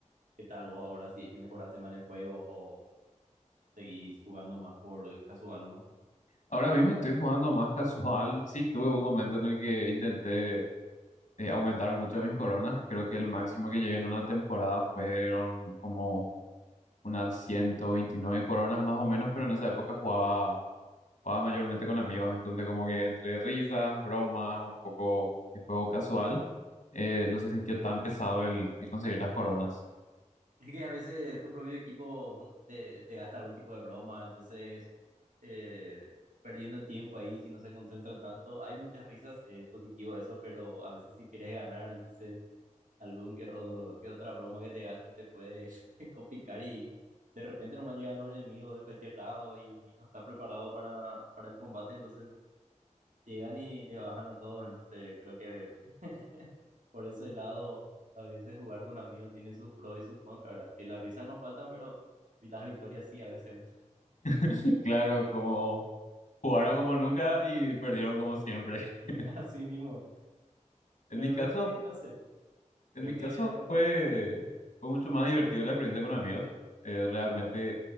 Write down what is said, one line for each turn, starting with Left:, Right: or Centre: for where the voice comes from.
Right: qué tal vos ahora, si es que mejoraste más en el juego o seguís jugando más por casual nomás.
Left: Ahora mismo estoy jugando más casual. Sí, tuve un momento en el que intenté eh, aumentar mucho mis coronas. Creo que el máximo que llegué en una temporada fueron como unas 129 coronas más o menos, pero en esa época jugaba jugaba mayormente con amigos, entonces como que entre risas, bromas, un poco de juego casual, eh, no se sintió tan pesado el, el conseguir las coronas.
Right: Es que a veces tu propio equipo te, te gasta algún tipo de broma, entonces eh, perdiendo el tiempo ahí, si no se concentran tanto, hay muchas risas, eh, es positivo eso, pero a veces si quieres ganar, entonces algún que, o- que otra broma que te gasten te puede <laughs> complicar y de repente nomás llegan los enemigos de cualquier lado y no estás preparado para, para el combate, entonces llegan y le bajan a todos, entonces creo que <laughs> por ese lado, a veces jugar con amigos tiene sus pros y sus contras, ¿verdad? Que las risas no faltan, pero las victorias sí, a veces, ¿verdad?
Left: <laughs> Claro, como jugaron como nunca y perdieron como siempre.
Right: <laughs>
Left: <laughs>
Right: Así mismo.
Left: En
Right: Realmente,
Left: mi caso,
Right: no sé,
Left: en
Right: creo
Left: mi
Right: que
Left: caso
Right: a partir...
Left: fue, fue mucho más divertido la experiencia con amigos, eh, realmente,